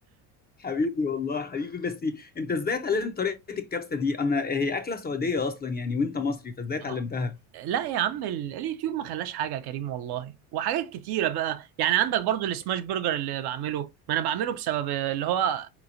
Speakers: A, on the left; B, on the right.
A: حبيبي والله حبيبي بس انت ازاي اتعلمت طريقة الكبسة دي انا هي اكلة سعودية اصلا يعني وانت مصري
B: <laughs>
A: فازاي اتعلمتها
B: آه. لا يا عم ال- اليوتيوب ما خلاش حاجه يا كريم والله وحاجات كتيره بقى يعني عندك برضو السماش برجر اللي بعمله ما انا بعمله بسبب اللي هو